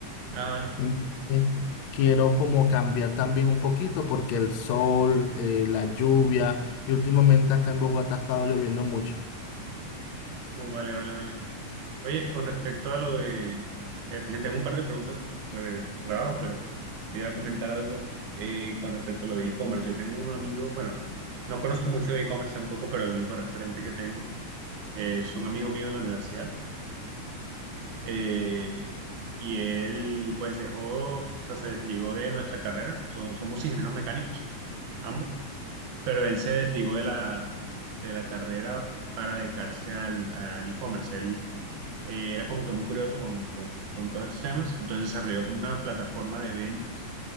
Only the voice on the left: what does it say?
Entonces, quiero como cambiar también un poquito porque el sol, eh, la lluvia y últimamente acá en Bogotá ha estado lloviendo mucho.